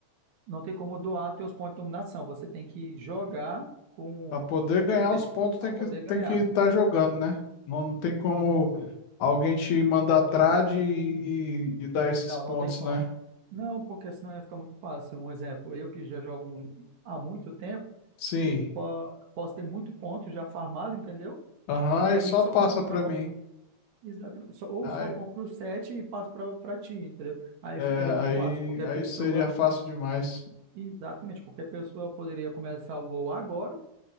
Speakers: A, on the right; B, on the left.
A: não tem como doar teus pontos de dominação. Você tem que jogar com,
B: pra poder ganhar
A: você
B: os
A: tem
B: pontos
A: que
B: tem
A: pra poder
B: que
A: ganhar.
B: tem que estar jogando, né? Não tem como alguém te mandar trade e, e, e dar esses
A: Não,
B: pontos,
A: não tem como.
B: né?
A: Não, porque senão ia ficar muito fácil. Um exemplo, eu que já jogo um- há muito tempo,
B: Sim.
A: te- po- posso ter muito ponto já farmado, entendeu?
B: Aham,
A: E aí
B: aí só
A: só
B: passa
A: compro, só
B: pra
A: compro,
B: mim.
A: exatamente, só- ou
B: Aí,
A: só compro o set e passo para ti, entendeu? Aí
B: é,
A: ficaria muito
B: aí,
A: fácil, porque a
B: aí
A: pessoa
B: seria fácil demais.
A: Exatamente, porque a pessoa poderia começar o WoW agora,